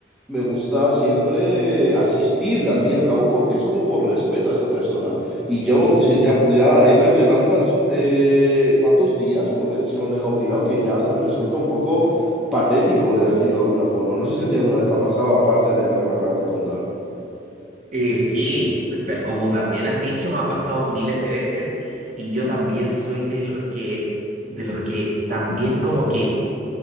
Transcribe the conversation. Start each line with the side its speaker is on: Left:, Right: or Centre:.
Centre: me gusta siempre asistir, al fin y al cabo, porque es como por respeto a esa persona. Y yo <laughs> ya, ya he perdido tantas, eh, tantos días por veces que me han dejado tirado que ya hasta me resulta un poco... patético de decirlo de alguna forma. No sé si a ti alguna vez te ha pasado, aparte de la que me acabas de contar.
Right: Eh, sí, ta- como también has dicho, me ha pasado miles de veces y yo también soy de los que, de los que también como que